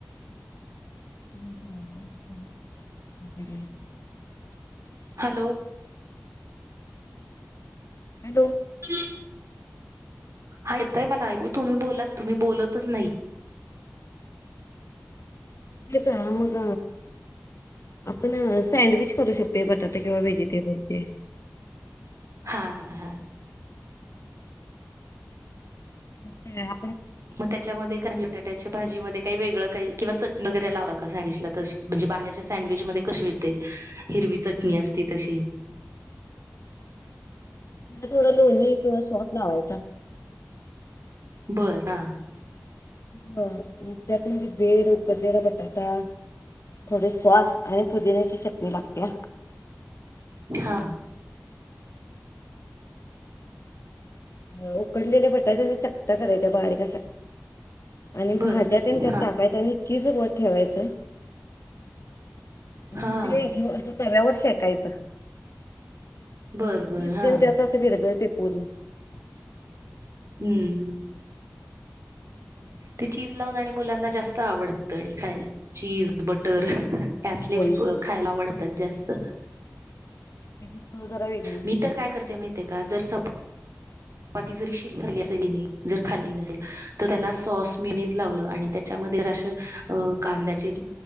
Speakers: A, on the left (about 65°); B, on the right (about 70°).
A: <unintelligible>
B: हॅलो
A: हॅलो
B: <unintelligible> हा येतंय मला ऐकू तुम्ही बोला तुम्ही बोलतच नाही. <unintelligible>
A: मग आपण सँडविच करू शकत बटाटे किंवा वेहेजी ते बोलते
B: हा हा हा
A: अ
B: मग त्याच्यामध्ये कारण बटाट्याच्या भाजी म काही वेगळं काही किंवा चटणी वगैरे लावता का सँडविचला, तशी म्हणजे बाहेरच्या सँडविच मध्ये कशी मिळते हिरवी चटणी असते. ती तशी
A: त्याला थोडं लोणी किंवा सॉस लावायचा.
B: बर हा.
A: हा आ त्यात म्हणजे उकडलेला बटाटा थोडी स्वास आणि पुदिन्याची चटणी लागतीया
B: हा.
A: हा उकडलेल्या बटाट्याचा चकत्या करायच्या बारीक अशा आणि
B: बर
A: भाज्यातेन त्यात
B: हा
A: टाकायचं आणि चीजवर ठेवायचं.
B: हा
A: ह ते घे अस तव्यावर शेकायचं.
B: बर
A: म्हणजे चीज
B: बर हा
A: तेन त्यात आस विरगळतय पूर्ण
B: हूम् म. ते चीज लावून आणि मुलांना जास्त आवडत आणि खायला चीज, बटर ह. आसले
A: होय
B: खायला आवडतात जास्त.
A: त्याची चव जरा वेगळीच
B: मी
A: येत्या
B: तर काय करते माहिती आहे का? जर चपा पाती जरी शिल्लक राहिली असेल, हेणी जर खाल्ली नसेल तर त्याला सॉस, मिेनीज लावलं आणि त्याच्यामध्ये असं कांद्याचे